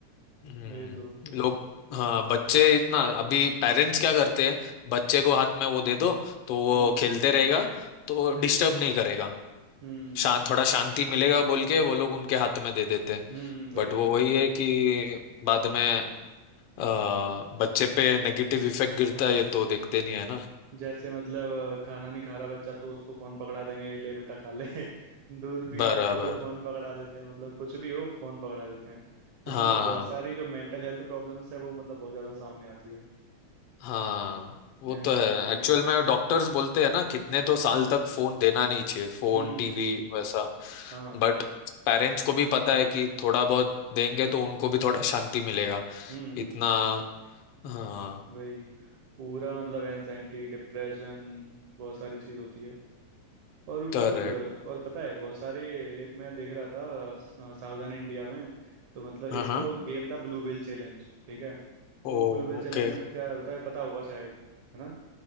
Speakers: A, on the left; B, on the right.
A: हम्म
B: वही तो
A: लोग हाँ बच्चे इतना अभी पेरेंट्स क्या करते हैं बच्चे को हाथ में वो दे दो तो वो
B: हम्म
A: खेलते रहेगा तो
B: हम्म
A: डिस्टर्ब नहीं करेगा
B: हम्म
A: शांत थोड़ा शांति मिलेगा बोल के वो लोग उनके हाथ में दे देते हैं
B: हम्म वही
A: बट वो वही है कि बाद में अ, बच्चे पे नेगेटिव इफेक्ट गिरता
B: हाँ
A: है ये तो देखते नहीं है ना
B: जैसे मतलब अ, खाना नहीं खा रहा बच्चा तो उसको फ़ोन पकड़ा देंगे ले बेटा खा ले <laughs> दूध पीना
A: बराबर
B: है तो फ़ोन पकड़ा देते हैं मतलब कुछ भी हो फ़ोन पकड़ा देते हैं इससे
A: हाँ
B: मतलब बहुत सारी जो मेंटल हेल्थ प्रॉब्लम्स है वो मतलब बहुत ज़्यादा सामने आती है
A: हाँ वो
B: एनजाइटी
A: तो है एक्चुअल में डॉक्टर्स बोलते हैं ना कितने तो साल तक फोन देना नहीं चाहिए फोन
B: हम्म
A: टीवी वैसा
B: हाँ
A: बट पेरेंट्स को भी पता है कि थोड़ा बहुत देंगे तो उनको भी थोड़ा शांति मिलेगा
B: हम्म
A: इतना हाँ
B: वही पूरा मतलब एनजाइटी डिप्रेशन बहुत सारी चीज होती है और ऊपर
A: करेक्ट
B: और पता है बहुत सारे एक मैं देख रहा था स- सावधान इंडिया में तो मतलब
A: हाँ
B: एक
A: हाँ
B: तो गेम था ब्लू व्हेल चैलेंज ठीक है
A: ओ
B: तो ब्लू व्हेल
A: ओके
B: चैलेंज में क्या होता है पता होगा शायद है ना